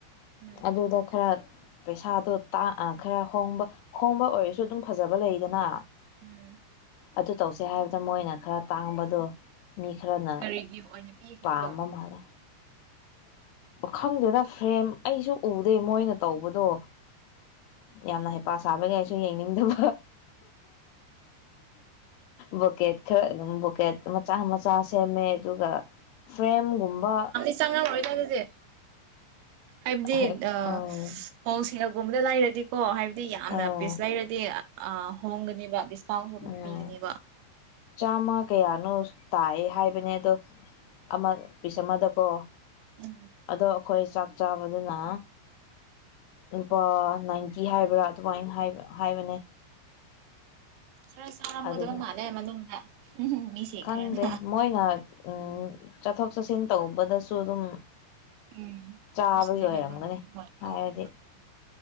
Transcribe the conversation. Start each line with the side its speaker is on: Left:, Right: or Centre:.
Right: ꯎꯝ
Left: ꯑꯗꯨꯗ ꯈꯔ ꯄꯩꯁꯥꯗꯣ ꯈꯔ ꯍꯣꯡꯕ ꯍꯣꯡꯕ ꯑꯣꯏꯔꯁꯨ ꯑꯗꯨꯝ ꯐꯖꯕ ꯂꯩꯗꯅ
Right: ꯎꯝ
Left: ꯑꯗꯨ ꯇꯧꯁꯦ ꯍꯥꯏꯕꯗ ꯃꯣꯏꯅ ꯈꯔ ꯇꯥꯡꯕꯗꯣ ꯃꯤ ꯈꯔꯅ
Right: ꯀꯔꯤ ꯒꯤꯐ ꯑꯣꯏꯅ ꯄꯤꯈꯤꯕꯗꯣ
Left: ꯄꯥꯝꯕ ꯃꯥꯜꯂꯦ ꯈꯪꯗꯦꯗ ꯐ꯭ꯔꯦꯝ ꯑꯩꯁꯨ ꯎꯗꯦ ꯃꯣꯏꯅ ꯇꯧꯕꯗꯣ ꯌꯥꯝꯅ ꯍꯩꯄꯥ ꯁꯥꯕ ꯌꯦꯡꯅꯤꯡꯗꯕ ꯕꯣꯀꯦꯠ ꯈꯔ ꯑꯗꯨꯝ ꯕꯣꯀꯦꯠ ꯃꯆꯥ ꯃꯆꯥ ꯁꯦꯝꯃꯦ ꯑꯗꯨꯒ ꯐ꯭ꯔꯦꯝ ꯀꯨꯝꯕ
Right: ꯆꯪꯉꯝꯣꯏꯅ ꯑꯗꯨꯗꯤ ꯍꯥꯏꯕꯗꯤ
Left: ꯍꯦꯛ
Right: ꯑ
Left: ꯎꯝ
Right: ꯨ <unintelligible> ꯂꯩꯔꯗꯤꯀꯣ ꯍꯥꯏꯕꯗꯤ ꯌꯥꯝꯅ
Left: ꯑꯥ
Right: ꯄꯤꯁ ꯂꯩꯔꯗꯤ ꯑ ꯍꯣꯡꯒꯅꯤꯕ ꯀꯥꯎꯟꯁꯨ ꯑꯗꯨꯝ
Left: ꯎꯝ
Right: ꯄꯤꯒꯅꯦꯕ
Left: ꯆꯥꯝꯃ ꯀꯌꯥꯅꯣ ꯇꯥꯌꯦ ꯍꯥꯏꯕꯅꯦ ꯑꯗꯣ ꯑꯃ ꯄꯤꯁ ꯑꯃꯗꯀꯣ
Right: ꯑ
Left: ꯑꯗꯣ ꯑꯩꯈꯣꯏ ꯆꯥꯛ ꯆꯥꯕꯗꯨꯅ ꯂꯨꯄꯥ ꯅꯥꯏꯟꯇꯤ ꯍꯥꯏꯕ꯭ꯔꯥ ꯑꯗꯨꯃꯥꯏꯅꯕ ꯍꯥꯏꯕꯅꯦ
Right: ꯈꯔ ꯆꯥꯔꯝꯒꯗꯕ
Left: ꯑꯗꯨꯗ
Right: ꯃꯥꯜꯂꯦ ꯃꯅꯨꯡꯗ ꯃꯤꯁꯤꯡ
Left: ꯈꯪꯗꯦ
Right: ꯈꯔꯅ
Left: ꯃꯣꯏꯅ ꯎꯝ ꯆꯠꯊꯣꯛ ꯆꯠꯁꯤꯟ ꯇꯧꯕꯗꯁꯨ ꯑꯗꯨꯝ
Right: ꯎꯝ
Left: ꯆꯥꯕꯒꯤ
Right: ꯑꯗꯨ ꯁꯤꯖꯤꯟꯅꯕ
Left: ꯑꯣꯏꯔꯝꯒꯅꯤ
Right: ꯑꯗꯨꯝ
Left: ꯍꯥꯏꯔꯗꯤ
Right: ꯑꯣꯏꯔꯝꯒꯅꯤ